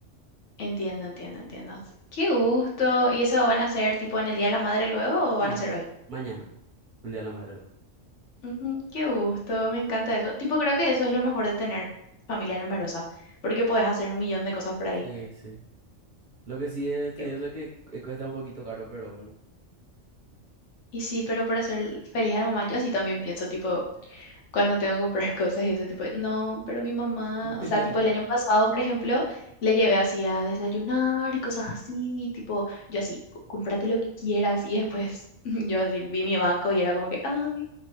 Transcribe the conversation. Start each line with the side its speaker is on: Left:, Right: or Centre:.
Left: Entiendo, entiendo, entiendo. Qué gusto. ¿Y eso van a ser tipo en el Día de la Madre luego o van
Right: Sí,
Left: a ser hoy?
Right: mañana, el Día de la Madre, ¿no?
Left: Ujú, qué gusto, me encanta eso. Tipo, creo que eso es lo mejor de tener familia numerosa, porque podés hacer un millón de cosas por ahí.
Right: Sí, sí. Lo que sí es tedioso
Left: Yo-
Right: es que eh, cuesta un poquito caro, pero bueno.
Left: Y sí, pero para ser feliz a la mamá, yo así también pienso, tipo, cuando tengo que comprar <laughs> cosas y ese tipo, de- no, pero mi mamá,
Right: <laughs>
Left: o sea, tipo el año pasado, por ejemplo, le llevé así a desayunar y cosas así, tipo, yo así, "C- cómprate lo que quieras y después <laughs> yo así vi mi banco y era como que, ay,